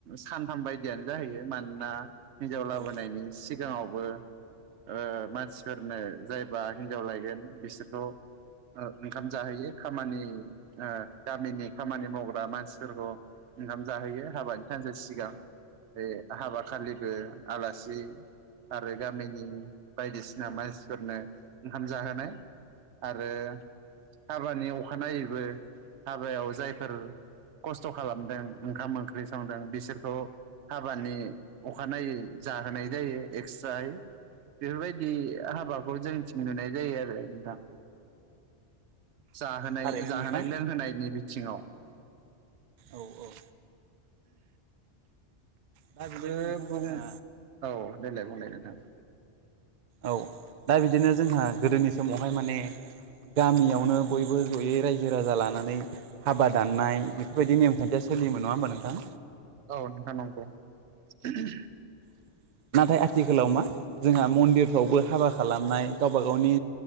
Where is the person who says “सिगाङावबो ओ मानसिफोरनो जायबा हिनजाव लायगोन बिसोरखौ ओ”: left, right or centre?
Right